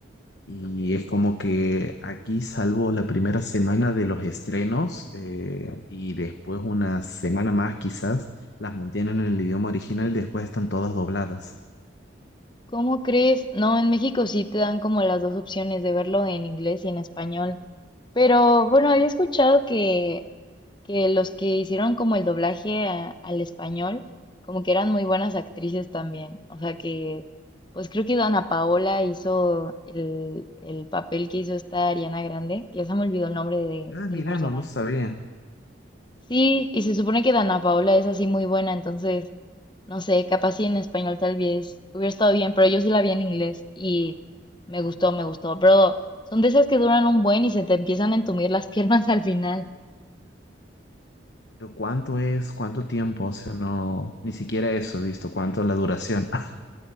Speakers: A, on the left; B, on the left.
A: Y es como que aquí, salvo la primera semana de los estrenos, eh, y después una semana más quizás, las mantienen en el idioma original, después están todas dobladas.
B: ¿Cómo crees? No, en México sí te dan como las dos opciones de verlo en inglés y en español. Pero bueno, había escuchado que, que los que hicieron como el doblaje a- al español, como que eran muy buenas actrices también. O sea que, pues creo que Dana Paola hizo el, el papel que hizo esta Ariana Grande, que ya se me olvidó el nombre de-
A: Ah,
B: del
A: mira,
B: personaje.
A: no lo sabía.
B: Sí, y se supone que Dana Paola es así muy buena, entonces, no sé, capaz si en español tal vez hubiera estado bien, pero yo sí la vi en inglés y me gustó, me gustó. Pero son de esas que duran un buen y se te empiezan a entumir las piernas al final.
A: Pero ¿cuánto es? ¿Cuánto tiempo? O sea, no, ni siquiera eso he visto, cuánto es la duración. <laughs>